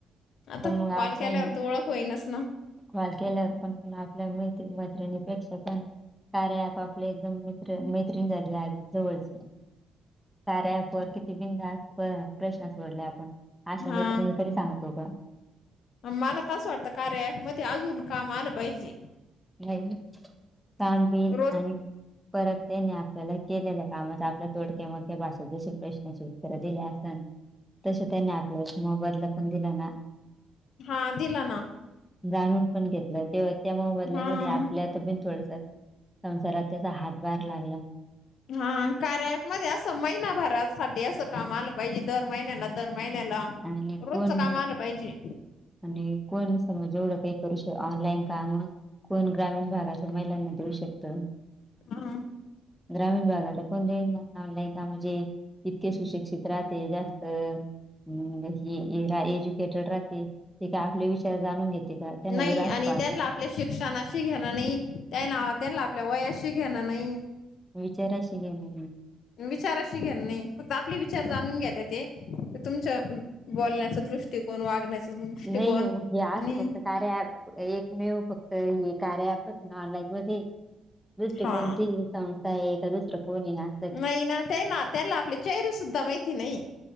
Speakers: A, on the left; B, in the centre.
A: आता
B: पण मग
A: कॉल
B: आपण
A: केल्यावर त ओळख होईलच न
B: कॉल केल्यावर पण पण, आपल्या मैत्री मैत्रिणीपेक्षा पण कार्या अँप आपले एकदम मित्र मैत्रिण झाली अगदी जवळची. कार्या अँप वर किती बिनधास्त ‌प्रश्न सोडले आपण अशा
A: हा
B: मैत्रिणी तरी सांगतो का?
A: मला तसं वाटतं कार्या ऍप मध्ये अजून काम आलं पाहिजे.
B: व्हय न, काम बिन
A: रोज
B: आणि परत त्यानी आपल्याला केलेल्या कामाचा आपल्या तोडक्या मोडक्या भाषेच जसे प्रश्नची उत्त त्तर दिले असताण तसे त्यांनी आपलाला मोबदला पण दिला ना
A: हा दिला ना.
B: जाणून पण घेतलं तेव्हा, त्या मोबदल्यामध्ये
A: हा.
B: आपल्यात बिन थोडस संसारात त्याचा हातभार लागला.
A: हा, कार्या ॲप मध्ये असं, महिनाभरासाठी असं काम आलं पाहिजे. दर महिन्याला दर महिन्याला
B: आणि
A: रोजच
B: कोण
A: काम आलं पाहिजे.
B: आणि कोण समज एवढं काय करू श ऑनलाईन काम कोण ग्रामीण भागाच्या महिलांना देऊ शकत
A: हा
B: ग्रामीण भागाला कोणी देईना ऑनलाइन काम जे इतके सुशिक्षित राहते जास्त हम्म हे एज्युकेटेड राहते. ते काय आपले विचार जाणून घेते का? त्यांना
A: नाही
B: वेळ असतो
A: आणि
B: का
A: त्यांना आप आपल्या शिक्षणाशी घेणं नाही, त्यायना त्यांना आपल्या वयाशी घेणं नाही.
B: विचाराशी घेणं नाय.
A: विचाराशी घेणं नाय, फक्त आपले विचार जाणून घेता ते, ते तुमच्या बोलण्याचं दृष्ट ते कोण वागण्याचा दृष्टिकोन
B: नाही हे असं
A: आणि
B: फक्त कार्या ॲप एक मेव फक्त हे कार्य ॲपच ना ऑनलाईन मध्येय दुसरी
A: हा
B: कोणती? संस्थाय का दुसरं कोणय आणि
A: नाही ना ते ना त्यांना आपली चेहरे सुद्धा माहिती नाही.